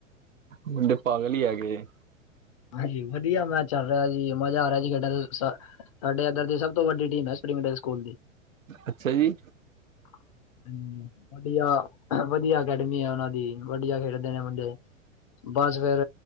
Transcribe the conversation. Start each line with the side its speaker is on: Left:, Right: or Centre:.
Right: ਮੁੰਡੇ ਪਾਗਲ ਈ ਹੈਗੇ।
Left: ਹਾਂਜੀ, ਵਦੀਆ ਮੈਚ ਚੱਲ ਰੇਯਾ ਸੀ ਮਜ਼ਾ ਆ ਰੇਆ ਸੀ ਸਾਡਾ ਤੇ ਸ ਸਾਡੇ ਏਦਰ ਦੀ ਸਬ ਤੋਂ ਵੱਡੀ ਟੀਮ ਐ ਸ੍ਰਿਪੀਂਗ ਡੈਲ ਸਕੂਲ ਦੀ।
Right: ਅੱਛਾ ਜੀ।
Left: <inaudible> ਹੂੰ, ਵਦੀਆ-ਵਦੀਆ ਅਕੈੜਮੀ ਆ ਓਨਾਂ ਦੀ ਵਦੀਆ ਖੇੜਦੇ ਨੇ ਮੁੰਡੇ। ਬਾਸ ਫੇਰ